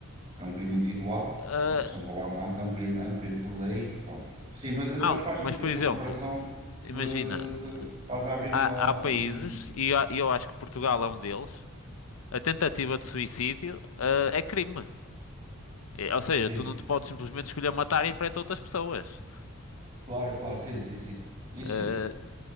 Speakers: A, on the right; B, on the left.
A: é um crime
B: n-
A: individual.
B: eh,
A: A questão de roubar um banco é um crime é um crime por lei, pronto. Sim, mas
B: não,
A: mas faz
B: mas
A: sentido
B: por
A: a tua
B: exemplo,
A: comparação
B: imagina,
A: de, de, de- estás a abrir
B: há,
A: uma
B: há países,
A: um...
B: e há- eu acho que Portugal é um deles, a tentativa de suicídio, eh, é crime. Eh, Ou seja,
A: Sim,
B: tu não te podes simplesmente escolher matar em frente a outras pessoas.
A: claro, claro, sim, sim, sim, isso
B: Eh,
A: sim,